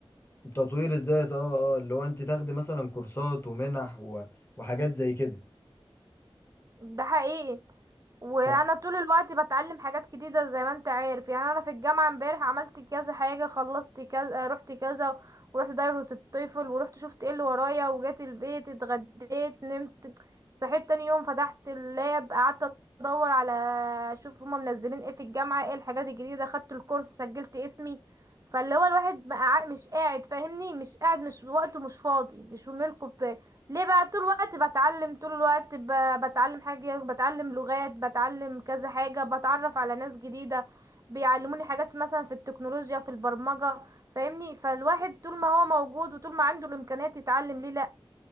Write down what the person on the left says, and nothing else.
تطوير الذات اه اه اللي هو انت تاخدي مثلا كورسات ومنح و... وحاجات زي كده
طب